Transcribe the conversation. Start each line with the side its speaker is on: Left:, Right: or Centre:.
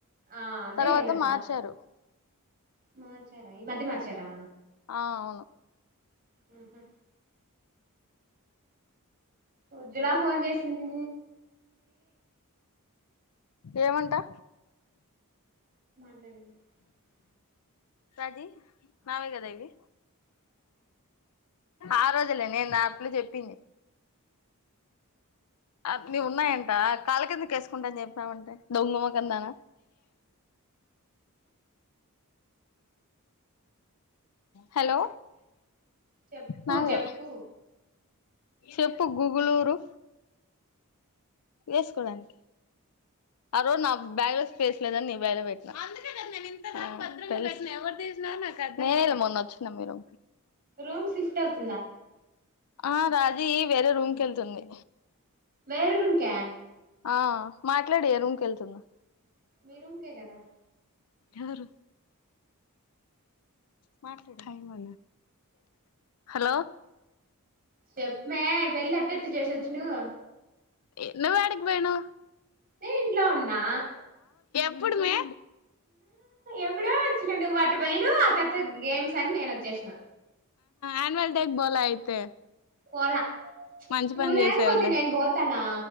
Right: ఆ అదే
Left: తర్వాత
Right: నా కా
Left: మార్చారు
Right: మార్చారా ఈ మధ్య మార్చారా
Left: ఆ అవును
Right: ఆహ ఉజ్వలా ఫోన్ చేసింది
Left: ఏమంటా
Right: అ
Left: రాజీ నావేగదైవి ఆ రోజులే నేను దాట్లు చెప్పింది అ అ నీ ఉన్నాయంట కాళ్ళ కిందక వేసుకుంటా అని చెప్పినామంటే దొంగమ్మ కిందనా హలో
Right: చెప్పు
Left: నాదే
Right: చెప్పు
Left: చెప్పు గుగుళూరు వేసుకోడానికినికి ఆ రోజు నా బ్యాగ్ లో స్పేస్ లేదని నీ బేగ లో పెట్టినా నేన వెలా మొన్న వచ్చిన మీరు
Right: రూమ్ సిిఫ్ట్ అవుతు
Left: ఆ రాజీ వేరే రూమ్ క వెళ్తుంది
Right: వేరే రూమ్కా
Left: ఆ మాట్లాడి ఎ రూమ్క వెళ్తుందా
Right: మీరు ఉకే కదా
Left: ఎవరు మాై మ హలో
Right: చెప్పమే పెళ్ళి అట్టట్టు చేసొచ్చు నువ్వు
Left: ఎ నువ అడిగ బేను
Right: నే ఇంట్లో ఉన్నా
Left: ఇప్పుడు అమ్మే
Right: ఎవడ వచ్చిన నువ్వు అటు పోను ఆ తర్వాత గేమ్స్ అని నేను వచ్చేసిన
Left: అన్యువల్ డేక్ బోలా అయితే
Right: పోలా
Left: మంచి
Right: నువ్వు
Left: పని
Right: లేకపోతే
Left: చేసావులే
Right: నేను పోతానా